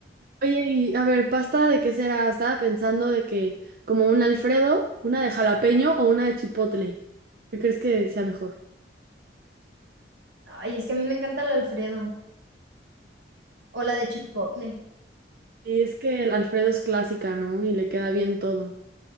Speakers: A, on the right; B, on the right.
A: Oye, y a ver, ¿pasta de qué será? Estaba pensando de que como un Alfredo, una de jalapeño o una de chipotle. ¿Qué crees que sea mejor?
B: Ay, es que a mí me encanta el Alfredo o la de chipotle.
A: Y es que el Alfredo es clásica, ¿no? Y le queda bien todo.